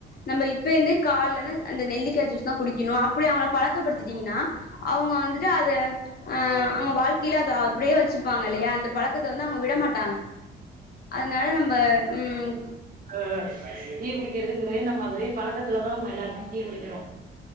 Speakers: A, on the left; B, on the right.
A: நம்ப இப்ப இந்தே கால்லனா அந்த நெல்லிக்கா ஜூஸ் தா குடிக்கனு அப்பிடி அவுங்கள பழக்கப்படுத்திட்டீங்கனா அவுங்க வந்துட்டு அத ஆ அங்க வாழ்கைலே அதா அப்பிடியே வச்சுப்பாங்க இல்லயா அந்த பழக்கத்த வந்து அவுங்க விட மாட்டாங்க அதுனால நம்ப ம்
B: ஆ டீ குடிக்கிறதுங்குறதே நம்ம அதே பழக்கத்துலதா நம்ம எல்லாருமே டீ குடிக்கிறோ